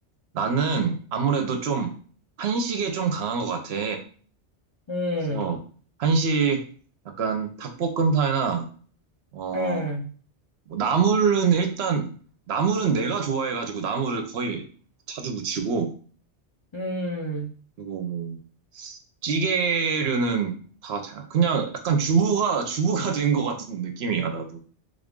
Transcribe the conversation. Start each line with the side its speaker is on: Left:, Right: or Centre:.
Right: 나는 아무래도 좀 한식에 좀 강한 것 같아.
Left: 응,
Right: 그래서 한식 약간 닭볶음탕이나 어뭐
Left: 응,
Right: 나물은 일단 나물은 내가 좋아해가지고 나물을 거의 자주 무치고
Left: 응,
Right: 그리고 뭐 찌개류는 다 잘 그냥 약간 주부가 주부가 된 것 같은 느낌이야 나도.